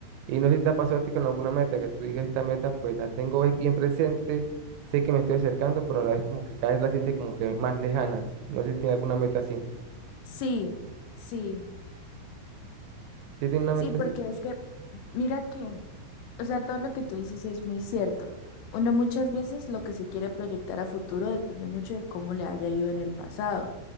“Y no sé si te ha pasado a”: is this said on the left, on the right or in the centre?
Right